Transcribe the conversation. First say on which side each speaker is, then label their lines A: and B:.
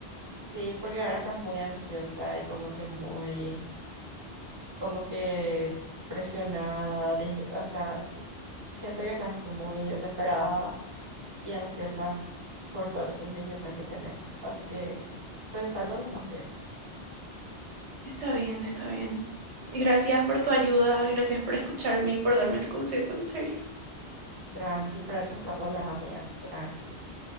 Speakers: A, on the right (about 25°); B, on the right (about 75°).
A: Sí, porque ahora estás muy ansiosa y como que muy como que presionada, dis- o sea, siento que estás así muy desesperada y ansiosa por todos los sentimientos que tenés. Así que pensalo nomás bien.
B: Está bien, está bien. Gracias por tu ayuda, gracias por escucharme y por darme tu consejo, en serio.
A: Tranqui, para eso estamos las amigas, tranqui.